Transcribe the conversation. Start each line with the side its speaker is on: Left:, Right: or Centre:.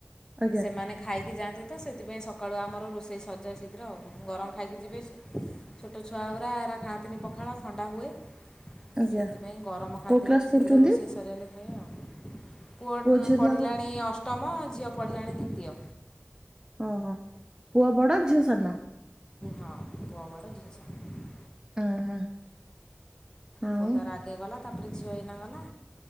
Right: ଆଜ୍ଞା
Left: ସେମାନେ ଖାଇକି ଯାଆନ୍ତି ତ ସେଥିପାଇଁ ସକାଳୁ ଆମ ରୋଷେଇ ସରି ଯାଏ ଶୀଘ୍ର ଆଉ ଗରମ ଖାଇକି ଯିବେ। ଛୋଟ ଛୁଆ ଗୁରା ଖାଆନ୍ତିନି ପଖାଳ ଥଣ୍ଡା ହୁଏ।
Right: ଆଜ୍ଞା।
Left: ସେଥିପାଇଁ ଗରମ ଖାଆନ୍ତି
Right: କୋଉ କ୍ଲାସ
Left: ବୋଲି ଶୀଘ୍ର
Right: ପଢୁଛନ୍ତି?
Left: ରୋଷେଇ ସରିିଗଲେ <inaudible> ପୁଅ
Right: ଝିଅ
Left: ପଢ଼ିଲାଣି
Right: ଦିହାଙ୍କ
Left: ଅଷ୍ଟମ ଝିଅ ପଡ଼ିଲାଣି ଦ୍ୱିତୀୟ।
Right: ଓହୋ। ପୁଅ ବଡ଼ ଝିଅ ସାନ।
Left: ହଁ ପୁଅ ବଡ଼ ଝିଅ ସାନ।
Right: ହୁଁ ହୁଁ। ଆଉ
Left: ପୁଅ ତାର ଆଗେ ଗଲା। ତାପରେ ଝିଅ ହେଇନା ଗଲା।